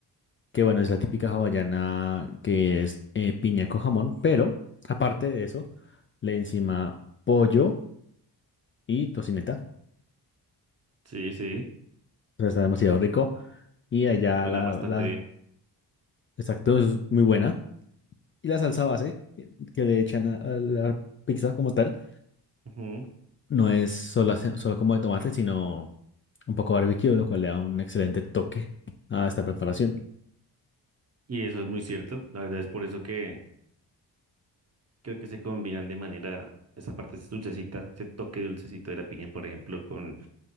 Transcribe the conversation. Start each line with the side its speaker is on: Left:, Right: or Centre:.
Left: que bueno, es la típica hawaiana que es eh, piña con jamón, pero aparte de eso, le encima pollo y tocineta.
Right: Sí, sí,
Left: O sea, está demasiado rico. Y allá
Right: suena
Left: la,
Right: bastante
Left: la,
Right: bien.
Left: exacto, es muy buena. Y la salsa base que que le echan a a la pizza como tal.
Right: Ujú,
Left: No es solo, ace- solo como de tomate, sino un poco barbecue, lo cual le da un excelente toque a esta preparación.
Right: Y eso es muy cierto. La verdad es por eso que creo que se combinan de manera, esa parte es dulcecita, ese toque dulcecito de la piña, por ejemplo, con